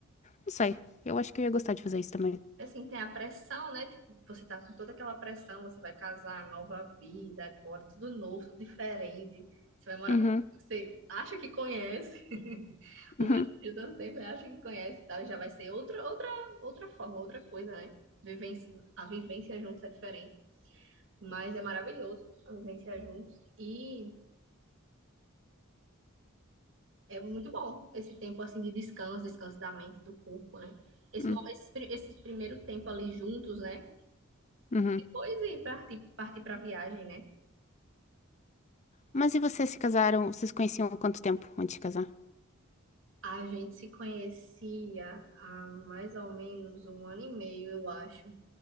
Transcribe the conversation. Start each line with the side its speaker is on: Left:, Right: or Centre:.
Left: Não sei. Eu acho que eu ia gostar de fazer isso também.
Right: Assim, tem a pressão, né? Tipo, você tá com toda aquela pressão, você vai casar, nova vida, agora tudo novo, tudo diferente. Você vai morar
Left: Uhum,
Right: pra... Você acha que conhece, <laughs> o
Left: uhum,
Right: mais de tanto tempo, né? acha que conhece e tal, e já vai ser outra, outra, outra forma, outra coisa, né? Vivência, a vivência juntos é diferente. Mas é maravilhoso vivenciar juntos. E é muito bom esse tempo assim de descanso, descanso da mente, do corpo, né? Esse,
Left: uhum,
Right: mo- esse, pri- esse primeiro tempo ali juntos, né?
Left: uhum.
Right: Depois e partir, partir para viagem, né?
Left: Mas e vocês se casaram? Vocês conheciam há quanto tempo antes de casar?
Right: A gente se conhecia há mais ou menos um ano e meio, eu acho.